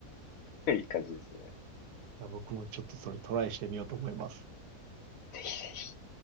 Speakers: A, on the left (about 65°); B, on the right (about 80°).
A: ねいい感じですね。
B: いや、僕もちょっとそれトライしてみようと思います。
A: ぜひぜひ。